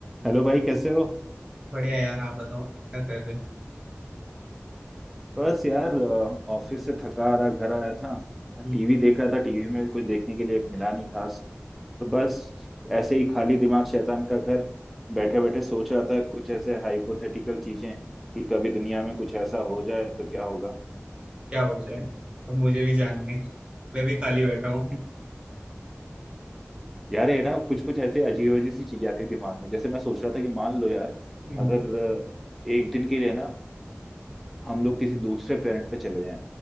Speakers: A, in the centre; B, on the right.
A: हेलो भाई कैसे हो
B: बढ़िया यार आप बताओ क्या कर रहे हो
A: बस यार अ, ऑफिस से थका आ रहा घर आया था
B: हम्म
A: टीवी देख रहा था टीवी में भी कुछ देखने के लिए मिला नहीं खास तो बस ऐसे ही खाली दिमाग शैतान का घर बैठे बैठे सोच रहा था कुछ ऐसे हाइपोथेटिकल चीजें कि कभी दुनिया में कुछ ऐसा हो जाए तो क्या होगा
B: क्या हो जाए अब मुझे भी जानने मैं भी खाली बैठा हूँ
A: <laughs> यार ये ना कुछ कुछ ऐसे अजीब अजीब सी चीजें आती है दिमाग में जैसे मैं सोच रहा था कि मान लो यार
B: हम्म
A: अगर अ, एक दिन के लिए ना हम लोग किसी दूसरे प्लेनेट पे चले जाएं